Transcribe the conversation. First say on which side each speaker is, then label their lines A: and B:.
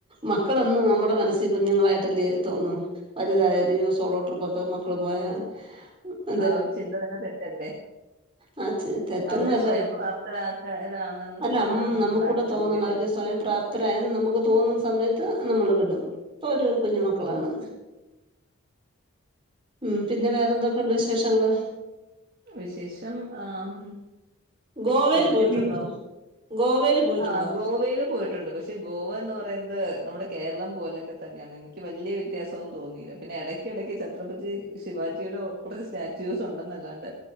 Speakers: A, on the right; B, on the right.
A: മക്കളെന്നും നമ്മുടെ മനസ്സിൽ കുഞ്ഞുങ്ങളായിട്ടല്ലേ തോന്നു വലുതായാ <unintelligible> സോളോ ട്രിപ്പൊക്കെ മക്കള് പോയോ <unintelligible>
B: ആ ഒരു ചിന്ത തന്നെ തെറ്റല്ലേ
A: ആ തെറ്റൊന്നല്ല
B: അവരെ സ്വയം പ്രാപ്തരാക്കലാണ്
A: അല്ല
B: എന്നാണ്
A: മ് നമുക്കൂടെ
B: നമ്മുടെ ആഗ്രഹമെങ്കില്
A: തോന്നണം അവർ സ്വയം പ്രാപ്തരായെന്ന് നമുക്ക് തോന്നുന്ന സമയത്ത് നമ്മള് വിടും ഇപ്പോ ഓര്കുഞ്ഞുമക്കളാണ് മ് പിന്നേ വേറെ എന്തൊക്കെയുണ്ട് വിശേഷങ്ങള്
B: വിശേഷം ആ മ്
A: ഗോവേല്
B: ഇങ്ങനെക്കെന്നേണ്
A: പോയിട്ടുണ്ടോ? ഗോവേല് പോയിട്ടുണ്ടോ?
B: ആ ഗോവേല് പോയിട്ടുണ്ട് പക്ഷേ ഗോ വാന്ന് പറയുന്നത് നമ്മടെ കേരളം പോലേക്കെത്തന്നാണ് എനിക്ക് വല്ല്യ വ്യത്യാസൊന്നും തോന്നിയില്ല പിന്നെ എടക്കിടക്ക് <unintelligible> പറ്റി ശിവാജിയുടെ കൊ കൊറേ സ്റ്റാറ്റാച്ചൂസ് ഒണ്ടെന്നല്ലാണ്ട്